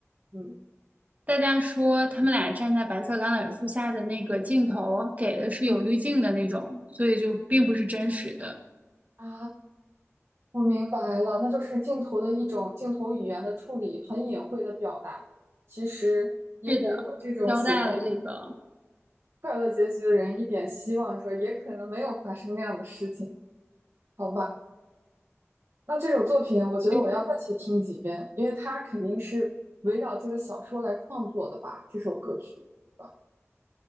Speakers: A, on the right; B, on the right.
A: 嗯
B: 大家说他们俩站在白色橄榄树下的那个镜头给的是有滤镜的那种，
A: 嗯
B: 所以就并不是真实的。
A: 啊，我明白了，那就是镜头的一种镜头语言的处理，很隐晦的表达，其实也给我这种喜欢
B: 是的，交代了这个。
A: 快乐结局的人一点希望，说也可能没有发生那样的事情，好吧？那这首作品，我觉得我要再去听几遍，
B: 对，
A: 因为它肯定是围绕这个小说来创作的吧，这首歌曲，是吧？